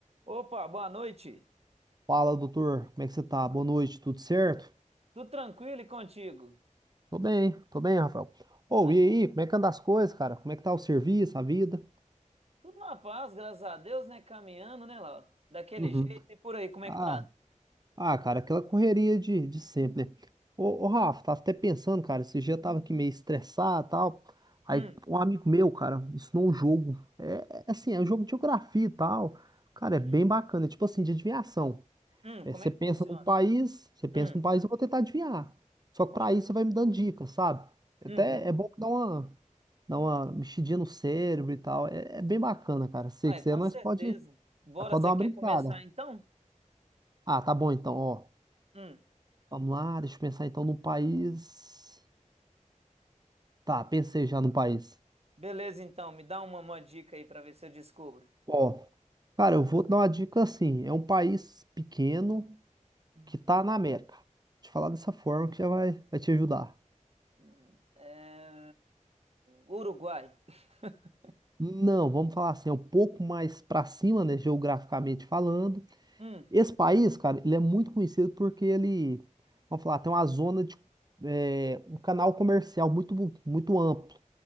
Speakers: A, on the right (about 50°); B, on the right (about 30°).
A: Opa, boa noite.
B: Fala, doutor, como é que você tá? Boa noite, tudo certo?
A: Tudo tranquilo e contigo?
B: Tô bem, tô bem, Rafael. Ô,
A: Ah,
B: e aí, como é que anda as coisas, cara? Como é que tá o serviço, a vida?
A: tudo na paz, graças a Deus, né? Caminhando, né, Laura? Daquele
B: Uhum.
A: jeito e por aí, como
B: Ah,
A: é que tá?
B: ah, cara, aquela correria de, de sempre, né? Ô, ô, Rafa, tava até pensando, cara, esse dia eu tava aqui meio estressado e tal. Aí
A: Hum,
B: um amigo meu, cara, me ensinou um jogo. É, é assim, é um jogo de geografia e tal. Cara, é bem
A: hum,
B: bacana, é tipo assim, de adivinhação.
A: hum,
B: É,
A: como
B: você
A: é que
B: pensa
A: funciona?
B: num país, você pensa
A: Hum,
B: num país, eu vou tentar adivinhar. Só que
A: uai,
B: para isso
A: fechou.
B: você vai me dando dicas,
A: ué.
B: sabe? Até
A: Uhum.
B: é bom que dá uma, dá uma mexidinha no cérebro e tal. É, é bem bacana, cara. Se
A: Uai,
B: quiser,
A: com
B: nós
A: certeza.
B: pode,
A: Bora,
B: nós pode
A: você
B: dar uma
A: quer
B: brincada.
A: começar então?
B: Ah, tá bom então, ó.
A: Hum,
B: Vamos lá, deixa eu pensar então no país. Tá, pensei já no país.
A: beleza, então, me dá uma, uma dica aí pra ver se eu descubro.
B: Ó, cara, eu vou dar uma dica assim. É um país pequeno
A: Hum,
B: que tá na América. Vou Te falar dessa forma que já vai, vai te ajudar.
A: hum, é, Uruguai. <laughs>
B: Não, vamos falar assim, é um pouco mais para cima, né, geograficamente falando.
A: Hum,
B: Esse país, cara, ele é muito conhecido porque ele, vamos falar, tem uma zona de é, um canal comercial muito bu- muito amplo,